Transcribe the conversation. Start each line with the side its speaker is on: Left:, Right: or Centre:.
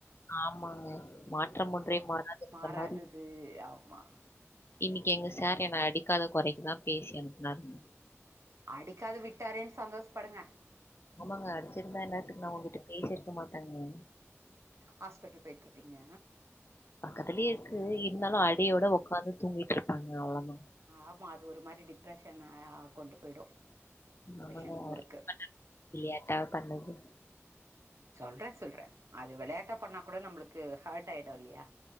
Left: ஆமாங்க மாற்றம் ஒன்றே மாறாதுன்ற
Right: மாறாதது
Left: மாரி
Right: ஆமா
Left: இன்னக்கி எங்க சார் என்ன அடிக்காத கொறைக்கு தா பேசி அனுப்புனாருங்க
Right: அடிக்காத விட்டாரோன் சந்தோஸ்ப்படுங்க
Left: ஆமாங்க அடிச்சிருந்தா இன்னேறத்துக்கு நா உங்கிட்ட பேசிருக்க மாட்டேங்க
Right: ஹாஸ்பிட்டல் போயிட்ருப்பீங்க
Left: பக்கத்துலயே இருக்கு இருந்தாலு அடியையோட ஒக்காந்து தூங்கிட்ருப்பாங்க அவ்ளோ தா
Right: ஆமா அது ஒரு மாரி டிப்ரெஷனா கொண்டு போய்டும் டிப்ஷன்
Left: ஆமாங்க.
Right: மூடுக்கு
Left: அவர் விளையாட்டா பண்ணது.
Right: சொல்ற சொல்ற அது வெளையாட்டா பண்ணா கூட நம்ளுக்கு ஹர்ட் ஆயிடு இல்லையா